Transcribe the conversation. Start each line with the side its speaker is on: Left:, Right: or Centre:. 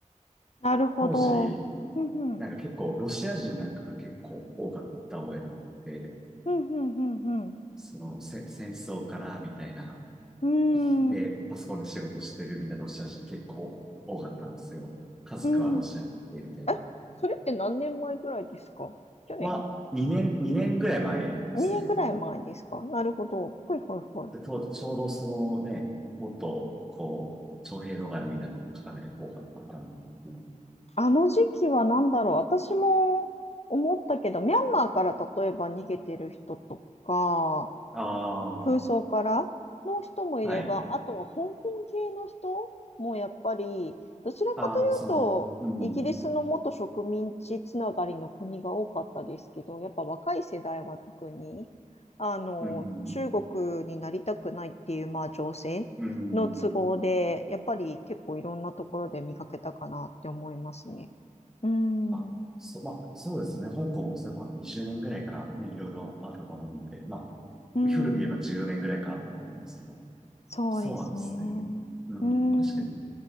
Left: なるほど。
Centre: 当時、
Left: ふんふん。
Centre: なんか結構ロシア人なんかが結構多かった覚えがあって、
Left: ふんふんふんふん。
Centre: そのせ戦争からみたいな、
Left: うー
Centre: で、
Left: ん。
Centre: パソコンで仕事してるみたいなロシア人結構多かったんですよ。家族はロシアに行ってみたいな。
Left: うん。え、それって何年前ぐらいですか去年
Centre: は、2年、2年ぐらい前ですね。
Left: ?2 年ぐらい前ですかなるほど。ほいほいほい。
Centre: で、当ちょうどそのね、もっと、こう、徴兵逃れみたいな方が結構多かったのかな。
Left: あの時期は何だろう。私も思ったけど、ミャンマーから例えば逃げてる人とか、
Centre: ああ、
Left: 風葬からの人もいれば、
Centre: はい。
Left: あとは香港系の人もやっぱり、どちらかというと、
Centre: ああ、その、うん、
Left: イギリスの元植民地つながりの国が多かったですけど、やっぱ若い世代は特に、あの、
Centre: うん、
Left: 中国になりたくないっていう、まあ、情勢の都合で、
Centre: うん。
Left: やっぱり結構いろんなところで見かけたかなって思いますね。うーん、
Centre: あ、
Left: う
Centre: そ、まあ、そうですね。香港もそういえば20年ぐらいからね、いろいろあったと思うんで、まあ、
Left: ーん、
Centre: 古く言えば14年ぐらいからあったと思うんですけど、
Left: そうですね。
Centre: そうなんですね。うん、
Left: うーん
Centre: 確かに、